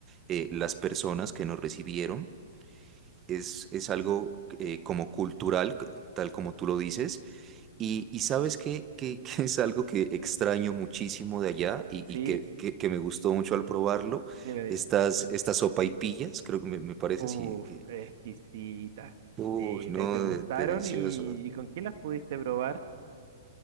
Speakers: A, on the right; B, on the right.
A: eh, las personas que nos recibieron, es, es algo eh, como cultural, c- tal como tú lo dices, y, y sabes que, que, <laughs> que es algo que extraño muchísimo de allá y,
B: Sí,
A: y que, que, que me gustó mucho al probarlo,
B: dime, dime.
A: estas, estas sopaipillas, creo que me, me parece
B: Uf,
A: así, que,
B: exquisitas.
A: uy,
B: Sí,
A: no,
B: te, te gustaron
A: de- delicioso.
B: y, y con quién las pudiste probar?